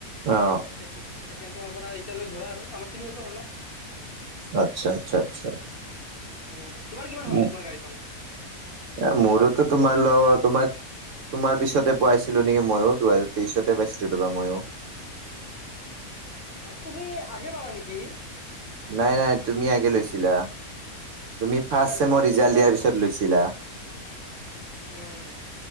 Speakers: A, on the right (about 65°); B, on the left (about 40°).
A: অ',
B: ছেকে ছেকেণ্ড চেমৰ পৰা এতিয়ালৈ ধৰা আৰু আমাৰ তিনি বছৰ হ'ল ন'?
A: আচ্ছা আচ্ছা আচ্ছা।
B: উম তোমাৰ কিমান হ'ল
A: উম।
B: তোমাৰ গাড়ীখন?
A: এ মোৰোতো তোমাল তোমাক তোমাৰ পিছতে পাইছিলোঁ নেকি ময়ো দুহেজাৰ তেইশতে পাইছিলোঁ তোমাৰ ময়ো।
B: অ' তুমি আগে পালা নেকি?
A: নাই নাই তুমি আগে লৈছিলা, তুমি ফাৰ্ষ্ট
B: মই আগে
A: চেমৰ
B: ললো উম
A: ৰিজাল্ট দিয়াৰ পিছত লৈছিলা।
B: উম,